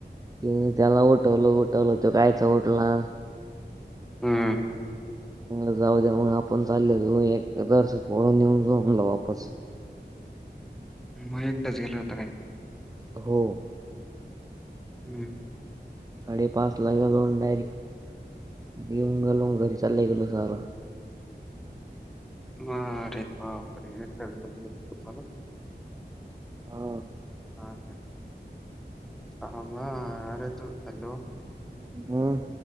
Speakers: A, on the right; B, in the centre.
A: ते मी त्याला उठवलं उठवलं तो कायचा उठला
B: हम्म.
A: म्हणलं जाऊ द्या मला गप पण चाललोय एक तर कोड नेऊन, झोपला वापस
B: मग एकटाच गेला होता काय?
A: हो.
B: हम्.
A: साडेपाच ला गेलो डायरेक्ट येेऊन गेलो घरी चाललं गेल सारं
B: आरे बापरे हेच तर बोली होती मला
A: हा.
B: हा का थांब हा आरे तू हॅलो.
A: हम.